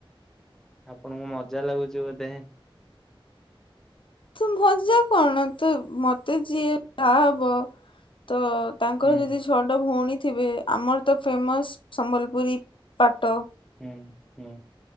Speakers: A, in the centre; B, on the left (about 65°).
A: ଆପଣଙ୍କୁ ମଜା ଲାଗୁଛି ବୋଧେ,
B: ତୁ ମଜା କଣ ତ ମତେ ଯିଏ ବାହା ହବ ତ ତାଙ୍କର
A: ହୁଁ
B: ଯଦି ଛଅଟା ଭଉଣୀ ଥିବେ। ଆମର ତ ଫେମସ୍ ସମ୍ବଲପୁରୀ ପାଟ,
A: ହୁଁ ହୁଁ।